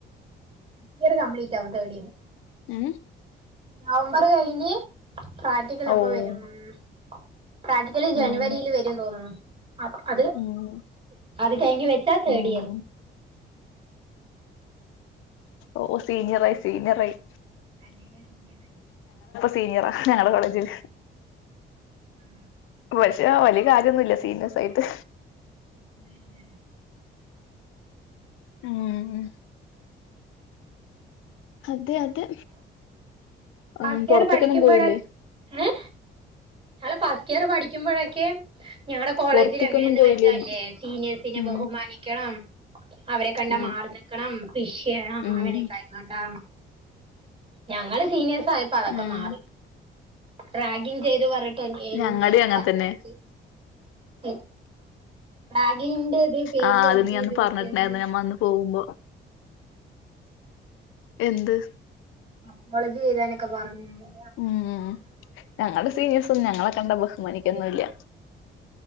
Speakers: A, on the right (about 25°); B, on the left (about 85°).
A: ഫെ ഇയർ കംപ്ലീറ്റ് ആവും തേഡ് ഇയർ.
B: ഏ
A: നവംബർ കഴിഞ്ഞ് പ്രാക്ടിക്കൽ അപ്പൊ
B: ഓഹ്
A: വരുംമ്മ് പ്രാക്ടിക്കലി ജനുവരിയിൽ
B: ഉം
A: വരും തോന്നു ന്നു. അ അത്
B: ഉം
A: അത് കഴിഞ്ഞ് വെച്ചാ തേർഡ്
B: ഉം
A: ഇയർ.
B: ഓ സീനിയർ ആയി സീനിയർ ആയി.
A: അനിയൻ സീനിയർ.
B: സീനിയറ ആ ഞങ്ങളുടെ കോളേജിൽ.
A: ഹെ
B: പക്ഷെ വലിയ കാര്യന്നുയില്ല സീനിയസ് ആയിട്ട്.
A: ഞാൻ ഞാൻ
B: ഉം മ്മ് അതെ അതെ
A: ആസ്തിയാർ
B: ഉം പൊറത്തേക്കൊന്നും
A: പഠിക്കുമ്പോയൊക്കെ
B: പോയില്ലേ
A: ഏ. ഇയാൾ ഫസ്റ്റ് ഇയർ പഠിക്കുമ്പോഴൊക്കെ. ഞങ്ങളുടെ കോളേജിൽ
B: പൊറത്തേക്കൊന്നും
A: യെങ്ങനെയെന്ന്
B: പോയില്ലേന്ന്
A: വെച്ചൽയില്ലേ സീനിയേഴ്സിനെ
B: ഉം
A: ബഹുമാനിക്കണം. അവരെ കണ്ടാ
B: ഉം
A: മാർ നിക്കണം വിഷ് ചെയ്യണം
B: ഉം
A: അങ്ങനെയൊക്കെ ആയിരുന്നുട്ടാ. ഞങ്ങള് സീനിയേഴസ് ആയപ്പോ അതൊക്കെ
B: ഉം
A: മാറി റാഗിങ് ചെയ്ത് വെ പറട്ട എന്നെ
B: ഞങ്ങടേം അങ്ങനെ
A: പറഞ്ഞ്
B: തന്നെ
A: കൊടുത്ത് ഏ. മാഗിന്റെ ഇത് പേരിൽ
B: ആ
A: എനിക്ക്
B: അത് നീ അന്ന്
A: ഇത് കിട്ടടി.
B: പറഞ്ഞിട്ടുണ്ടായിരുന്നു ഞമ്മ അന്ന് പോകുമ്പോ എന്ത്?
A: അപ്പോളജി ചെയ്താനൊക്കെ പറഞ്ഞ് ഉം.
B: ഉം ഞങ്ങളെ സീനിയേഴ്സും ഞങ്ങളെ കണ്ട ബഹുമാനിക്കൊന്നുല്ല.